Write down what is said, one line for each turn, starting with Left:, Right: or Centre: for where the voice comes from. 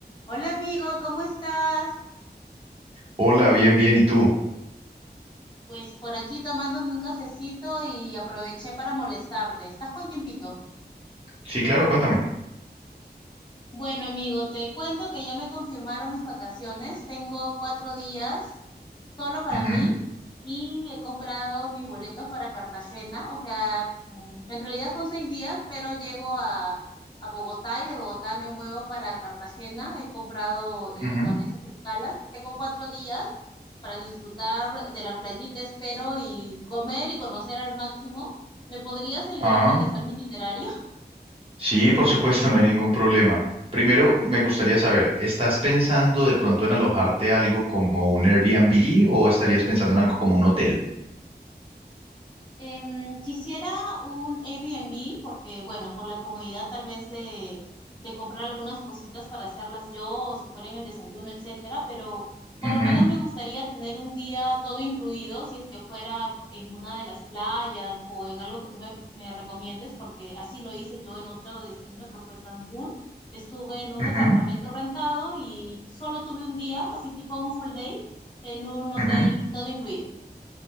Left: Hola amigo, ¿cómo estás?
Right: Hola, bien, bien, ¿y tú?
Left: Pues por aquí tomándome un cafecito y aproveché para molestarte. ¿Estás con tiempito?
Right: Sí, claro, cuéntame.
Left: Bueno, amigo, te cuento que ya me confirmaron mis vacaciones. Tengo cuatro días solo para
Right: Ujú,
Left: mí y he comprado mis boletos para Cartagena. O sea, mm, en realidad son seis días, pero llego a, a Bogotá y de Bogotá me muevo para Cartagena. He comprado eh,
Right: ujú.
Left: con esas escalas. Tengo cuatro días para disfrutar de la playita, espero, y comer y conocer al máximo. ¿Me podrías ayudar
Right: Ah,
Left: a organizar mi itinerario?
Right: sí, por supuesto, <laughs> no hay ningún problema. Primero, me gustaría saber, ¿estás pensando de pronto en alojarte algo como un Airbnb o estarías pensando en algo como un hotel?
Left: Em, quisiera un Airbnb porque, bueno, por la comodidad tal vez de, de comprar algunas cositas para hacerlas yo o si fuera en el desayuno, etcétera, pero por
Right: Ujú,
Left: lo menos me gustaría tener un día todo incluido si es que fuera en una de las playas o en algo que tú me, me recomiendes porque así lo hice yo en otro destino que fue Cancún. Estuve en un
Right: ujú,
Left: departamento rentado y solo tuve un día, así tipo un full day, en un hotel
Right: ujú.
Left: todo incluido.